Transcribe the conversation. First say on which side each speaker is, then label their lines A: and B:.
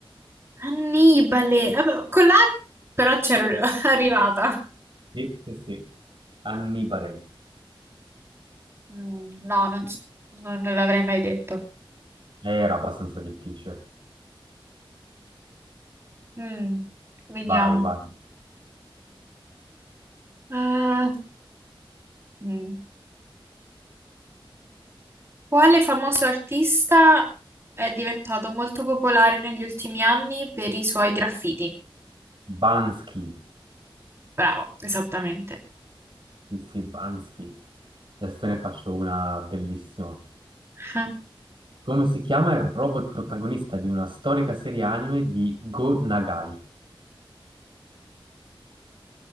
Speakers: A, on the right; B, on the right.
A: Annibale, vabbè, con la però c'ero <laughs> arrivata.
B: Sì, sì, sì. Annibale.
A: Mm, no, non, c- non l'avrei mai detto.
B: Era abbastanza difficile.
A: Mm, vediamo.
B: Vai, vai.
A: Eh, mm. Quale famoso artista è diventato molto popolare negli ultimi anni per i suoi graffiti?
B: Bansky.
A: Bravo, esattamente.
B: Stefanski. Adesso te ne faccio una bellissima.
A: <laughs>
B: Come si chiama il robot protagonista di una storica serie anime di Go Nagai?